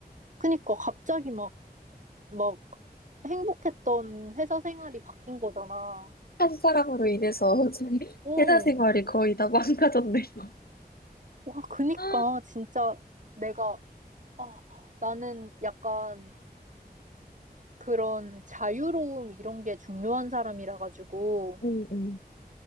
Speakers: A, on the right; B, on the left.
A: 그니까 갑자기 막, 막 행복했던 회사 생활이 바뀐 거잖아.
B: 한 사람으로 인해서 <laughs>
A: 어,
B: 회사 생활이 거의 다 망가졌네, 이거.
A: 와, 그니까
B: 아,
A: 진짜 내가, 아, 나는 약간 그런 자유로움 이런 게 중요한 사람이라 가지고
B: 응, 응.